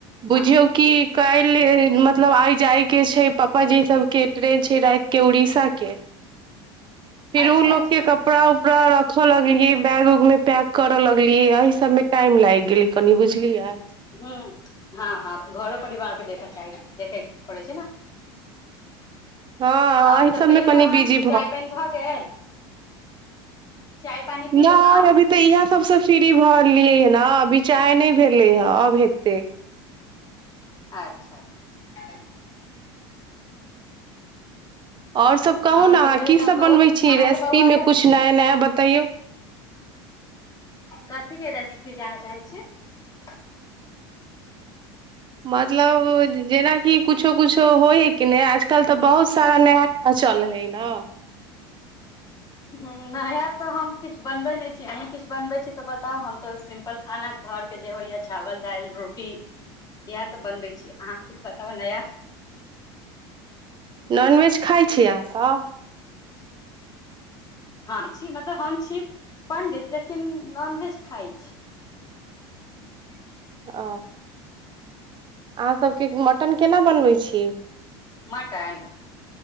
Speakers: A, on the right (about 35°); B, on the left (about 25°).
A: बुझियौ
B: ह
A: कि काल्हि मतलब आइ जायके छैय पापाजी सभके ट्रेन छै रातिके उड़ीसाके फिर
B: अच्छा
A: ओ लोग
B: अच्छा
A: के कपड़ा कपड़ा रखे लगलियै बैग उग में पैक करे लगलियै इ सब में टाइम लागि गेले कनी बुझलियए।
B: ह हँ हँ घरो परिवारके देख चाह देखै पड़ै छैय ने।
A: हँ
B: आओर
A: एहि
B: सभ
A: सबमे
B: कहियौ
A: कनि
B: तहन
A: बिजी
B: चाय पानि भऽ गेल? चाय पानि पी लेलहुँ
A: न अभी तऽ इह सबस फ्री भऽ रहललियै हे ने बिचार नहि भेले हे अब हेतै।
B: अच्छा अच्छा
A: ओर सब कहू
B: आओर
A: ने अहाँ
B: कहियौ
A: की
B: तहन
A: सब
B: बौआ
A: बनबै
B: अहाँके
A: छी रेसिपी
B: बौआ
A: मे
B: के
A: कछ नया नया बता तैयौ
B: कथीके रेसिपी जानय चाहै छी?
A: मतलब जेनाकि कुछो कुछो होइ हइ कि नहि आजकल तऽ बहुत सारा नया नया चलय हय न
B: ह ह नया तऽ हम किछु बनबे नहि छी अहीं किछु बनबे छी तऽ बताउ हम तो सिम्पल खाना घर जे होइय चावल दाल रोटी इएह सभ बनबै छी अहाँ किछु बताब नया
A: नॉनवेज खाइ छीय अहाँसभ?
B: हँ छी मतलब हम छी पण्डित लेकिन नॉनवेज खाइ छी। ह
A: ओ अहाँ सबके मटन केना बनबै छी?
B: मटन